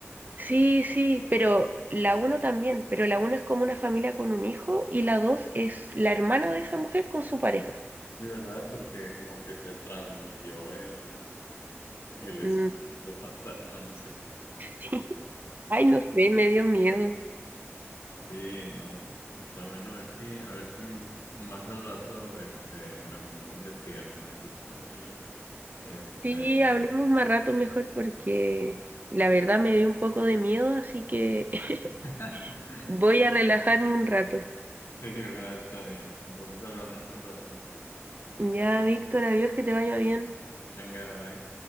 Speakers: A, on the right (about 40°); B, on the left (about 85°).
A: Sí, sí, pero la uno también, pero la uno es como una familia con un hijo y la dos es la hermana de esa mujer con su pareja.
B: Sí, ¿verdad? Porque como que se transmitió el, el espíritu
A: Mm, <laughs>
B: fantasma, no sé qué.
A: sí. Ay, no sé, me dio miedo.
B: Sí, no, pues está bueno, a ver si, a ver si más al rato este, me pongo a investigar más acerca de ello. Este,
A: Sí, hablemos más rato mejor porque la verdad me dio un poco de miedo, así que <laughs>
B: <laughs>
A: voy a relajarme un rato.
B: sí, va, está bien. Entonces hablamos al rato, Nico.
A: Ya, Víctor, adiós, que te vaya bien.
B: Venga, bye.